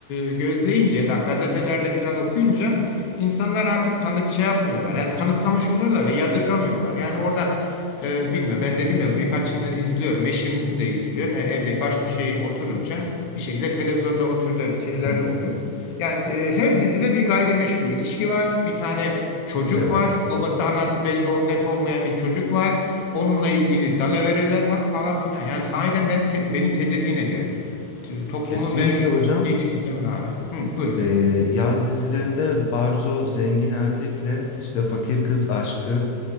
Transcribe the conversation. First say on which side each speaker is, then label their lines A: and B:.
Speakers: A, on the left; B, on the left.
A: gözleyince, da gazetelerde falan okuyunca insanlar artık kanık şey yapmıyorlar. Yani kanıksamış oluyorlar ve yadırgamıyorlar. Yani orada e, bilmiyorum ben dedim ya birkaçını izliyorum. Eşim de izliyor. Ne, evde baş bir şey oturunca bir şekilde televizyonda o türde şeyler
B: Hı,
A: de oluyor. Yani e, her dizide bir gayrimeşru ilişki var. Bir tane çocuk
B: evet.
A: var. Babası anası belli ol, net olmayan bir çocuk var. Onunla ilgili dalavereler var falan filan. Yani sahiden ben te- beni tedirgin ediyor. T- Toplumun
B: Kesinlikle
A: mevcut
B: hocam.
A: şeyini bilmeme rağmen. Hı, buyurun.
B: Ee, yaz dizilerinde Barzo zengin erkekle işte fakir kız aşkı,